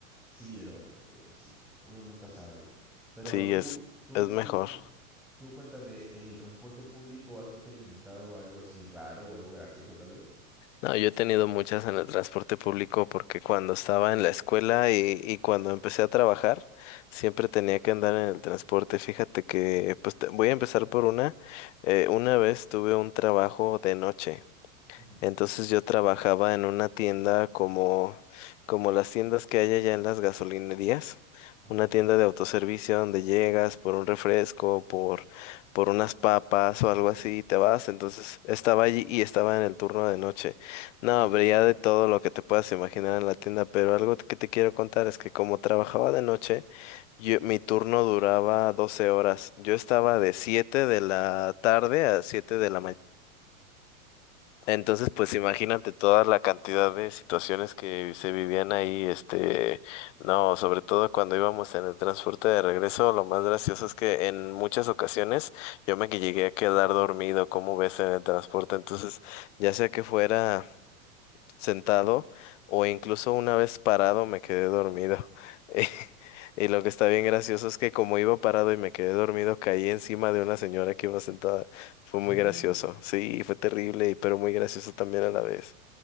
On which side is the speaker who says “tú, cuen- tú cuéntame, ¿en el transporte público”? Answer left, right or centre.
Centre